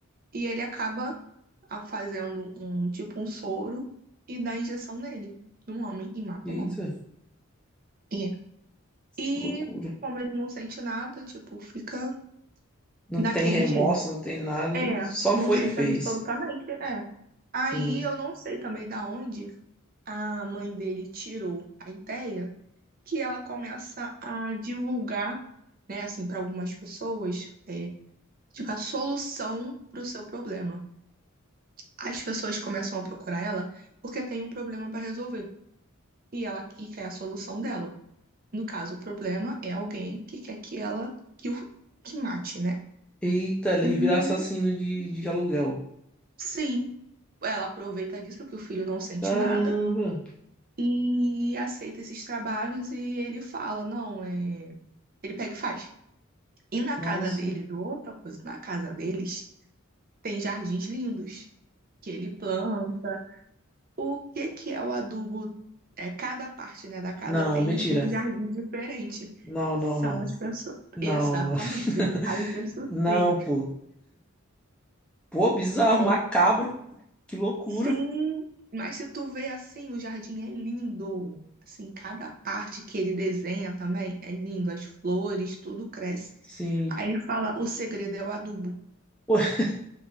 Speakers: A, on the right; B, in the centre.
A: E ele acaba a- fazendo um tipo um soro e dá injeção nele, num homem, e mata
B: Eita,
A: um homem. É. E
B: loucura.
A: como ele não sente nada, tipo, fica
B: Não
A: daquele
B: tem remorso,
A: jeito.
B: não tem nada.
A: É,
B: Só
A: não
B: foi
A: sente
B: e fez.
A: absolutamente, é. Aí
B: Sim.
A: eu não sei também da onde a mãe dele tirou a ideia que ela começa a divulgar, né, assim, para algumas pessoas, é, tipo, a solução para o seu problema. as pessoas começam a procurar ela porque tem um problema para resolver e ela e quer a solução dela. No caso, o problema é alguém que quer que ela que o que mate, né?
B: Eita, ele
A: Hum,
B: vira assassino de, de aluguel.
A: Sim, ela aproveita disso que o filho não sente
B: Caramba!
A: nada e aceita esses trabalhos e ele fala, não, é... ele pega e faz. E na
B: Nossa.
A: casa deles, outra coisa, na casa deles tem jardins lindos que ele planta O que que é o adubo? É, cada parte, né, da casa
B: Não,
A: tem
B: mentira.
A: um jardim diferente.
B: Não, não,
A: São
B: não.
A: as pessoas.
B: Não,
A: Exatamente,
B: não. <laughs>
A: ele faz isso
B: Não,
A: sim.
B: pô. Pô, bizarro,
A: É,
B: macabro. Que loucura.
A: sim, mas se tu vê assim, o jardim é lindo. Assim, cada parte que ele desenha também é lindo. As flores, tudo cresce.
B: Sim.
A: Aí ele fala, o segredo é o adubo.
B: Pô, <laughs>